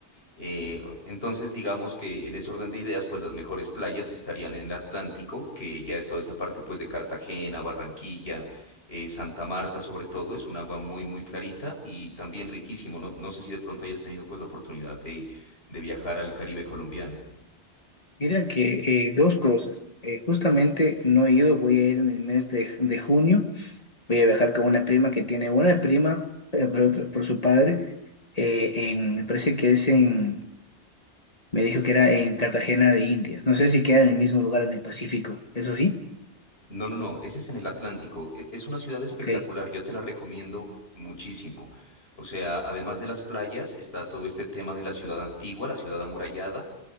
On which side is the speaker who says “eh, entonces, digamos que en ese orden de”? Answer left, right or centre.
Left